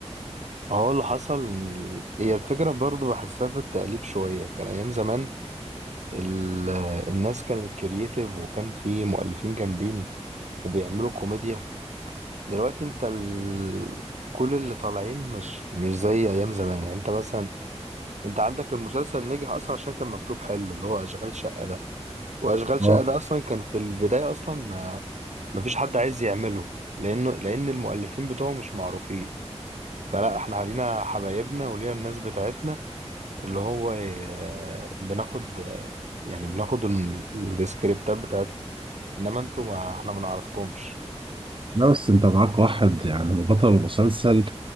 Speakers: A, on the right (about 85°); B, on the right (about 50°).
A: هو اللي حصل ان ال... هي الفكره برضو بحسها في التاليف شويه كان ايام زمان ال... الناس كانت كرييتيف وكان في مؤلفين جامدين وبيعملوا كوميديا دلوقتي انت ال... كل اللي طالعين مش مش زي ايام زمان يعني انت مثلا انت عندك المسلسل نجح اصلا عشان كان مكتوب حلو اللي هو اشغال شقه ده واشغال
B: اه
A: شقه ده اصلا كان في البدايه اصلا ما ما فيش حد عايز يعمله لانه لان المؤلفين بتوعه مش معروفين فلا احنا علينا حبايبنا ولينا الناس بتاعتنا اللي هو آه، بناخد آه، يعني بناخد ال- السكريبتات بتاعت انما انتوا ما احنا ما نعرفكمش
B: لا بس انت معاك واحد يعني بطل المسلسل